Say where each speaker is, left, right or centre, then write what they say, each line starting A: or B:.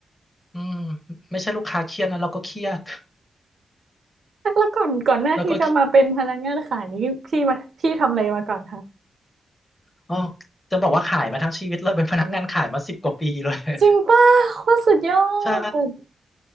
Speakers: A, on the left; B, on the right.
A: อืมไม่ใช่ลูกค้าเครียดนะเราก็เครียด
B: แล้วก่อนก่อนหน้าที่จะมาเป็นพนักงานขายนี้พี่มาพี่ทำอะไรมาก่อนคะ
A: แล้วก็อ๋อจะบอกว่าขายมาทั้งชีวิตเลยเป็นพนักงานขายมาสิบกว่าปีเลย
B: จริงป่ะโคตรสุดยอ
A: ใช่
B: ด